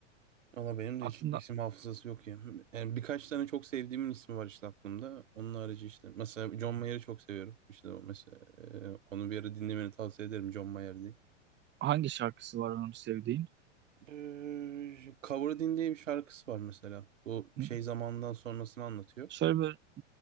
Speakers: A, on the right; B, on the right.
A: valla benim de
B: Aklında
A: hiç isim hafızası yok ya. Yani birkaç tane çok sevdiğimin ismi var işte aklımda. Onun harici işte mesela John Mayer'ı çok seviyorum. İşte o mesela e, onu bir ara dinlemeni tavsiye ederim John Mayer diye.
B: hangi şarkısı var onun sevdiğin?
A: Ee, Coveredin diye bir şarkısı var mesela. Bu
B: Hı,
A: şey zamandan sonrasını anlatıyor.
B: Şöyle bir